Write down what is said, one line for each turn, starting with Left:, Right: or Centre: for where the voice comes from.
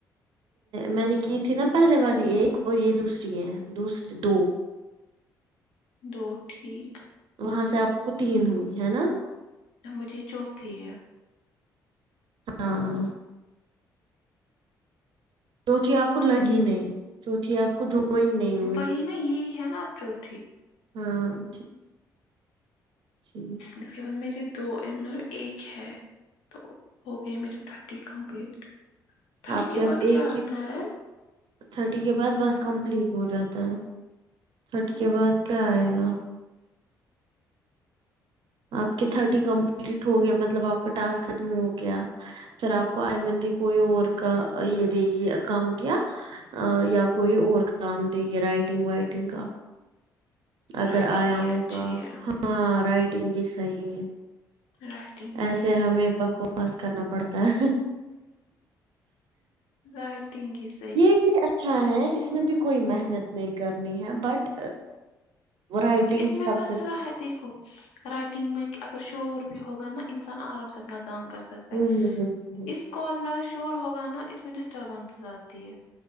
Right: میں نے کی تھی نا پہلے والی ایک اور یہ دوسری ہیں دوسری دو
Left: دو ٹھیک
Right: وہاں سے آپ کو تین ہوئی ہے نا
Left: اب مجھے چوتھی ہے
Right: ہاں چوتھی آپ کو لگی نہیں چوتھی آپ کو جوائن نہیں ہوئی
Left: وہی نا یہ ہے نا اب چوتھی
Right: ہاں ٹھیک صحیح ہے
Left: اس کے بعد میرے دو ان میں ایک ہے تو ہو گئے میرے تھرٹی کمپلیٹ تھرٹی
Right: آپ
Left: کے
Right: اب
Left: بعد
Right: ایک
Left: کیا آتا
Right: ہی
Left: ہے
Right: تھرٹی کے بعد بس کمپلیٹ ہو جاتا ہے تھرٹی
Left: ہے
Right: کے بعد کیا آئے گا آپ کے تھرٹی کمپلیٹ ہو گیے مطلب آپ کا ٹاسک ختم ہو گیا پھر آپ کو آئی مندی کوئی اور کا یہ دے گی اکاؤنٹ یا آ یا کوئی اور کام دے گی رائٹنگ وائٹنگ کا اگر
Left: رائٹنگ
Right: آیا
Left: ہی
Right: ہوگا
Left: اچھی ہے
Right: ہاں رائٹنگ ہی صحیح
Left: رائٹنگ ہی
Right: ایسے
Left: صحیح
Right: ہمیں بکواس کرنا پڑتا ہے
Left: رائٹگ از
Right: یہ بھی اچھا ہے اس میں بھی کوئی محنت نہیں کرنی ہے بٹ وہ رائٹنگ
Left: اس
Right: سب
Left: میں مسئلہ
Right: سے
Left: ہے دیکھو رائٹنگ میں کہ اگر شور بھی ہوگا نا انسان آرام سے اپنا کام کرتا سکتا
Right: ہوں
Left: ہے
Right: ہ ہ ہ
Left: اس کال میں اگر شور ہوگا نا اس میں ڈسٹربنس آتی ہے